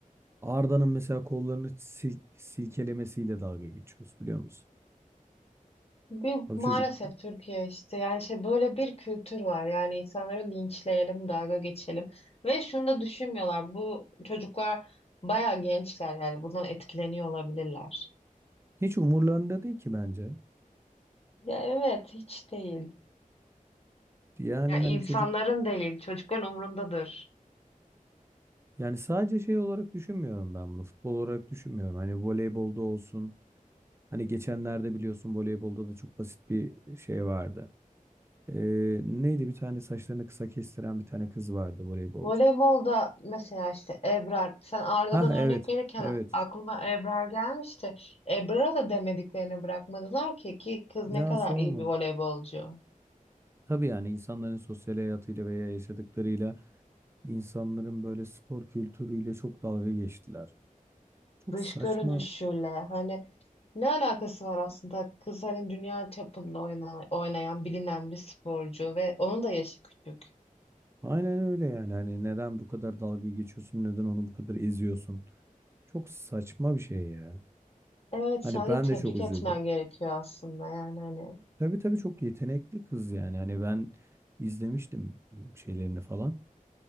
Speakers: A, on the right (about 20°); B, on the left (about 45°).
A: Arda'nın mesela kollarını sil- silkelemesiyle dalga geçiyoruz biliyor musun?
B: Bir,
A: O
B: maalesef
A: çocuk
B: Türkiye işte yani şey böyle bir kültür var yani insanları linçleyelim dalga geçelim ve şunu da düşünmüyorlar bu çocuklar bayağı gençler yani bundan etkileniyor olabilirler.
A: hiç umurlarında değil ki bence.
B: Ya evet hiç değil.
A: Yani
B: Yani
A: hani
B: insanların
A: çocuk
B: değil çocukların umrundadır.
A: Yani sadece şey olarak düşünmüyorum ben bunu. Futbol olarak düşünmüyorum. Hani voleybolda olsun. Hani geçenlerde biliyorsun voleybolda da çok basit bir şey vardı. Ee, neydi bir tane saçlarını kısa kestiren bir tane kız vardı voleybolcu.
B: Voleybolda mesela işte Ebrar sen Arda'dan
A: Ha
B: örnek
A: evet.
B: verirken
A: Evet.
B: aklıma Ebrar gelmişti. Ebrar'a da demediklerini bırakmadılar ki ki kız
A: Ya
B: ne kadar
A: sorma.
B: iyi bir voleybolcu.
A: Tabii yani insanların sosyal hayatıyla veya yaşadıklarıyla insanların böyle spor kültürüyle çok dalga geçtiler. Çok
B: Dış
A: saçma.
B: görünüşüyle hani ne alakası var aslında kız hani dünya çapında oynanan, oynayan bilinen bir sporcu ve onun da yaşı küçük.
A: Aynen öyle yani. Hani neden bu kadar dalga geçiyorsun? Neden onu bu kadar eziyorsun? Çok saçma bir şey ya.
B: Evet
A: Hani
B: sadece
A: ben
B: tebrik
A: de çok üzüldüm.
B: etmen gerekiyor aslında yani hani
A: Tabii tabii çok yetenekli kız yani. Hani ben izlemiştim şeylerini falan.